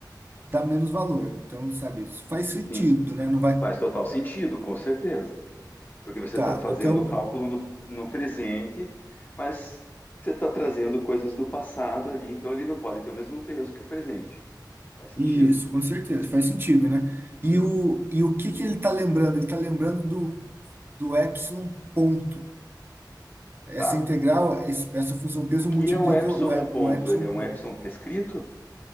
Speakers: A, on the right (about 30°); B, on the left (about 25°).
A: dá menos valor. Então, sabe, isso faz sentido,
B: sim.
A: né? Não vai.
B: Faz total sentido, com certeza. Porque você
A: Tá,
B: está fazendo
A: então
B: o cálculo no, no presente, mas você está trazendo coisas do passado ali, então ele não pode ter o mesmo peso que o presente. Faz sentido,
A: Isso, com certeza, faz sentido, né?
B: sim.
A: E o, e o que que ele está lembrando? Ele está lembrando do, do epsilon ponto. Essa
B: Tá.
A: integral, esse- essa função peso
B: O que
A: multiplica
B: é o epsilon
A: o, e-
B: ponto?
A: o epsilon
B: Ele é um
A: ponto.
B: epsilon prescrito?